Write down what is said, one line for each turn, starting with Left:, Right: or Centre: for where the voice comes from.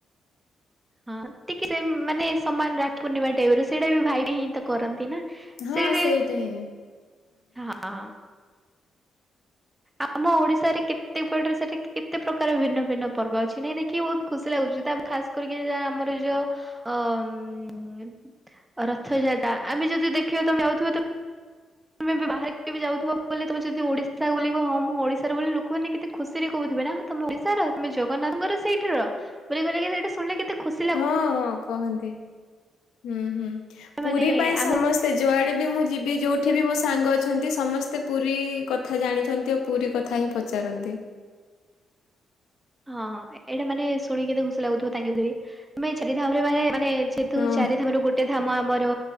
Right: ହଁ ଟିକେ ସେ ମାନେ ସମାନ ରାକ୍ଷୀ ପୂର୍ଣ୍ଣିମା ଟାଇପର ସେଇଟାବି ଭାଇ ପାଇଁହିଁ ତ କରନ୍ତିନା
Left: ହଁ
Right: ସେଇହିଁ
Left: ସେଇଟା ହିଁ
Right: ହଁ। ଆମ ଓଡିଶାରେ କେତେ କୁଆଡ଼ୁ ସେଠି କେତେ ପ୍ରକାର ଭିନ୍ନଭିନ୍ନ ପର୍ବଅଛି ନାଇଁ ଦେଖିକି ବହୁତ ଖୁସି ଲାଗୁଚି ତା ଖାସ୍ କରିକି ଯା ଆମର ଯୋଉ ଅଁ ରଥଯାତା ଆମେ ଯଦି ଦେଖିବା ତମେ ଯାଉଥିବ ତ ତମେ ଏବେ ବାହାରେ କେବି ଯାଉଥିବ ବୋଲି ତୁମେ ଯଦି ଓଡ଼ିଶା ବୋଲି କହିବ ହଁ ମୁଁ ଓଡ଼ିଶାରୁ ବୋଲି ଲୋକମାନେ କେତେ ଖୁସିରେ କହୁଥିବେନା ହ ତମେ ଓଡ଼ିଶାର ତମେ ଜଗନ୍ନାଥଙ୍କର ସେଇଠି ରୁହ ବୋଲି କହିଲେକି ଏଟା ଶୁଣିଲେ କେତେ ଖୁସ
Left: ହଁ ହଁ କହନ୍ତି ହୁଁ ହୁଁ ପୁରୀ
Right: ମାନେ
Left: ପାଇଁ
Right: ଆମର
Left: ସମସ୍ତ ତେ ଯୁଆଡ଼େବି ମୁଁ ଯିବି ଯେଉଁଠିବି ମୋ ସାଙ୍ଗ ଅଛନ୍ତି ସମସ୍ତେ ପୁରୀ କଥା ଜାଣିଚନ୍ତି। ପୁରୀ କଥାହିଁ ପଚାରନ୍ତି।
Right: ହଁ ଏଇଟା ମାନେ ଶୁଣ କେତେ ଖୁସି ଲାଗୁଥିବ ତାଙ୍କ ତେବେ ଶ୍ରୀ ଧାମରେ ମାନେ ମାନେ ଯେହେତୁ
Left: ହଁ
Right: ଚାରି ଧାମରୁ ଗୋଟେ ଧାମ ଆମର